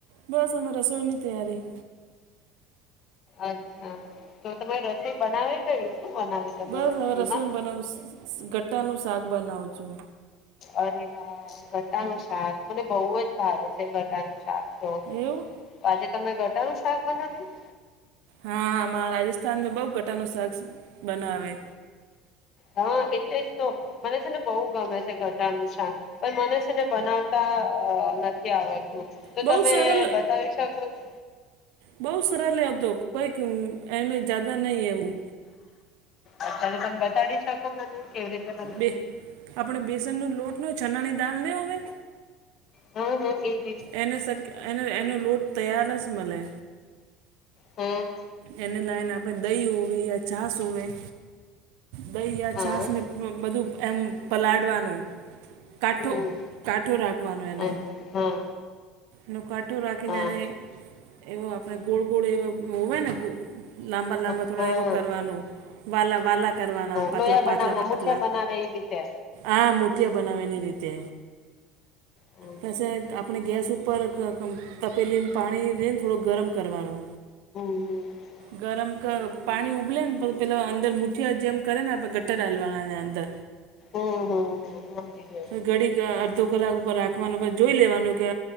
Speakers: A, on the right (about 75°); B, on the left (about 40°).
A: બસ અમે રસોની ત્યારી
B: અચ્છા તો તમારી રસોઈ બનાવી ગય શું બનાવી. તમે
A: બસ
B: રસોઈમાં
A: હવે રસોઈ બનાવ ગટ્ટા નું શાક બનાવ છુ
B: અરે વા ગટા નુ શાક મને બહુ જ ભાવે છે ગટા નું શાક. તો
A: એવું
B: આજે તમે ગટાનું શાક બનાવ્યું.
A: હા અમારા રાજસ્થાનમાં બહુ ગટાનું શાક બનાવે.
B: હા એટલે જ તો મને છે ને બહુ ગમે છે ગટાનું શાક પણ મને છે ને બનાવતા નથી આવડતું તો,
A: બહુ
B: તમે
A: સરલ
B: બતાવી શકો છ.
A: બઉુ સરળ હતો કોઈક એમે જદા નહી એવું.
B: અત્યારે તમે બતાડી શકો મને કેવી રીતે બને?
A: બે આપણે બેસન નો લોટ ને ચનાની દાલ ને હોવે.
B: હમ હ એ <unintelligible>
A: એને શક એને એનો લોટ તૈયાર જ મળે.
B: હમ.
A: એને લઈને આપણે દહી હોવી યા છાસ હોવી, દહી યા
B: હા
A: છાસ ને. બધું એમ પલાળવાનું, કાઠો
B: હમ
A: કાઠો રાખવાનું એને.
B: હા હા
A: નો કાંઠો રાખીને
B: હા
A: એને એવો આપણે ગોળ ગોળ એવો હોવે ને. લાંબા લાંબા
B: હા
A: થોડા
B: હા
A: એવો કરવાનું, વાલા વાલા કરવાના પાતલા
B: લોયા
A: પાતલા
B: બનાવના
A: પાતલા.
B: મુઠિયા બનાવે એ રીતે
A: આા મુઠિયા બનાવેની રીતે,
B: હમ
A: પેછે આપણે ગેસ ઉપર ઉપર તપેલી પાણી લઈને થોડો ગરમ કરવાનો.
B: <unintelligible>
A: ગરમ કર પાણી ઉબલે ને તો પેલાં અંદર મુઠિયા જેમ કરે ને આપણે ગટ્ટા ડાલવાનાને અંદર.
B: ઓહો હો સમજી ગય.
A: ઘડીક અડધો કલાક ઉપર રાખવાનો પછ જોઈ લેવાનું કે